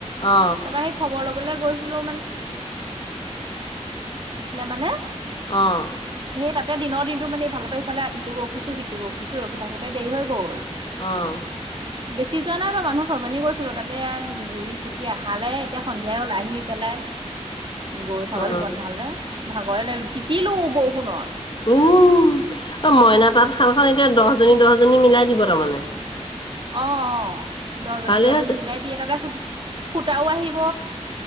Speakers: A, on the left (about 45°); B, on the right (about 45°).
A: অ
B: তাৰপৰা সেই খবৰ লবলৈ গৈছিলো মানে
A: অহ
B: সেই তাতে দিনৰ দিনটো মানে ইফালৰ পৰা ইফালে ইটো ৰখিছো সিটো ৰখিছো ৰখি থাকোঁতে দেৰি হৈ গ'ল
A: অঁ
B: বেছি যোৱা নাই বাৰু মানুহ ছজনী গৈছিলো তাতে ঘূৰি পকি আহালে এতিয়া সন্ধিয়াই ওলাই আহি পেলাই গৰু ছাগলী
A: অ
B: বন্ধাল নে ভাগৰে লাগিলে তিতিলো বৰষুণত
A: উম অ মইনা তাত শালখন এতিয়া দহজনী দহজনী মিলাই দিব তাৰমানে
B: অঁ অঁ দহজনী
A: ভালেই
B: দহজনী
A: হৈছে
B: মিলাই দিয়ে তাতে সুধ সূতাও আহিব